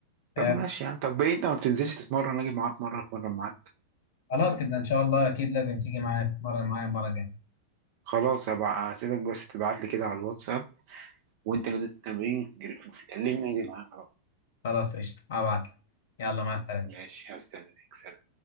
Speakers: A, on the left; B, on the right.
A: آه
B: طب ماشي يعني طب ايه انت ما بتنزلش تتمرن اجي معاك مره اتمرن معاك
A: خلاص يبقى ان شاء الله اكيد لازم تيجي معايا تتمرن معايا المرة الجاية
B: خلاص هبقى هسيبك بس تبعت لي كده على الواتساب وانت نازل التمرين جري- كلمني اجي معاك على طول
A: خلاص قشطة هبعتلك يلا مع السلامة
B: ماشي هستناك